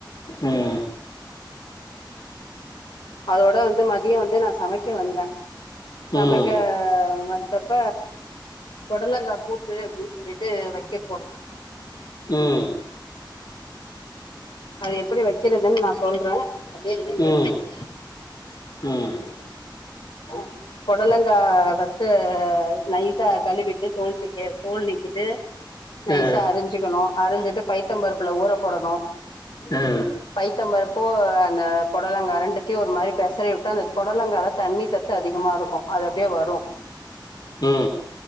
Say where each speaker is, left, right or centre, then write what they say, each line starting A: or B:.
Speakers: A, on the left (about 55°); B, on the left (about 80°).
A: உம்
B: அதோட வந்து மதியோ வந்து நா சமைக்க வந்த சமைக்க
A: ம்
B: வந்தப்ப பொடலங்கா கூட்டு அப்டின்னு சொல்லிட்டு வை கே போன
A: ம்
B: அது எப்டி வைக்கிறதன் நா சொல்ற அப்டியே நீங்க கேட்டுகோங்க
A: ம் ம்
B: அ பொடலங்கா ஃபஸ்ட் நைசா கழுவிட்டு தோல் சிக்கே தோல் நிக்கிட்டு நைசா
A: ஆ
B: அரஞ்சிக்கினு அரிஞ்சிட்டு பைத்த பருப்புல ஊற போடணு
A: ஆ
B: பைத்தம்பருப்போ அந்த புடலங்கா ரெண்டுத்தியு ஒரு மாரி பெசரி உட்டு அந்த பொடலங்கால தண்ணி சத்து அதிகமா இருக்கு அது அப்டியே வரு
A: ம்